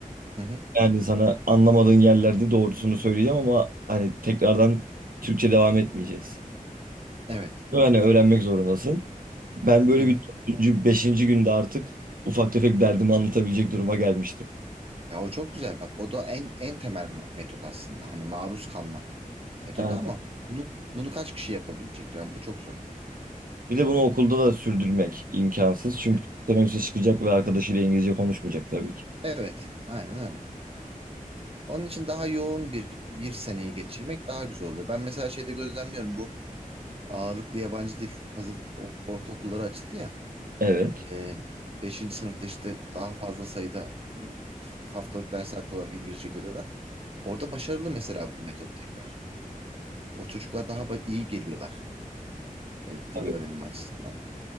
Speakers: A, on the right; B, on the right.
A: Hı hı.
B: Yani sana anlamadığın yerlerde doğrusunu söyleyeceğim ama hani tekrardan Türkçe devam etmeyeceğiz.
A: Evet.
B: Bunu Hani öğrenmek zorundasın. Ben böyle
A: Hı hı.
B: bir dördüncü, beşinci günde artık ufak tefek derdimi anlatabilecek duruma gelmiştim.
A: Ya o çok güzel bak. O da en en temel ma- metot aslında. Hani maruz kalma metodu
B: Yani
A: ama bunu bunu kaç kişi yapabilecek? Yani bu çok zor.
B: Bir de bunu okulda da sürdürmek imkansız. Çünkü
A: Evet.
B: teneffüse çıkacak ve arkadaşıyla İngilizce konuşmayacak tabii ki.
A: Evet, aynen öyle. Onun için daha yoğun bir bir seneyi geçirmek daha güzel oluyor. Ben mesela şeyde gözlemliyorum bu ağırlıklı yabancı dil hazırlık o- ortaokulları açıldı ya.
B: Evet.
A: Ee, beşinci sınıfta işte daha fazla sayıda e, haftalık ders saati olarak İngilizce görüyorlar. Orada başarılı mesela bu metot tekrar. O çocuklar daha ba- iyi geliyorlar e, dil
B: Tabii.
A: öğrenimi açısından.